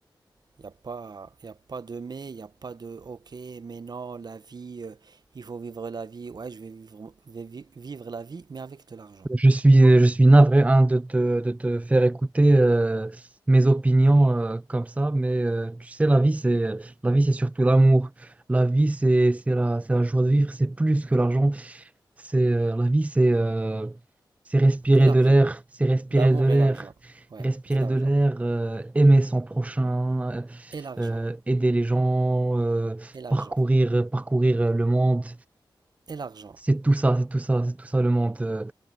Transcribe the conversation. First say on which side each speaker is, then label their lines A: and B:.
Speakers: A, on the right; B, on the right.
A: Il n'y a pas, y a pas de mais, il n'y a pas de ok, mais non, la vie, euh, il faut vivre la vie. Ouais, je vais vivre, vais vi- vivre la vie, mais avec de l'argent.
B: Je suis, je suis navré hein, de te, de te faire écouter euh, mes opinions euh, comme ça, mais euh, tu sais, la vie, c'est, la vie, c'est surtout l'amour. La vie, c'est, c'est la, c'est la joie de vivre, c'est plus que l'argent. C'est, euh, la vie, c'est euh, c'est respirer
A: Et l'argent.
B: de l'air, c'est respirer
A: L'amour
B: de l'air,
A: et l'argent. Ouais,
B: respirer
A: et l'argent.
B: de l'air, euh, aimer son prochain, euh,
A: Et l'argent.
B: euh, aider les gens, euh,
A: Et l'argent.
B: parcourir, parcourir euh, le monde.
A: Et l'argent.
B: C'est tout ça, c'est tout ça, c'est tout ça le monde. euh,